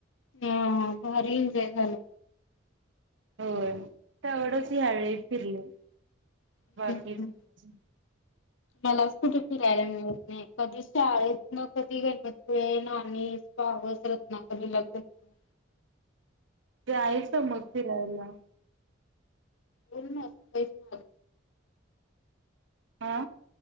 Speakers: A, on the left; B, on the right.
A: हा भारी एन्जॉय झालं.
B: होय तेवढच ह्यावेळी फिरले.
A: हम्म
B: बाकी काय नाय अजून
A: मलाच कुठ फिरायला मिळत नाय कधी शाळेतन कधी गणपती वेन आणि पावस रत्नागिरीला करतो.
B: जायेच मग फिरायला.
A: बोल ना तेच म
B: हा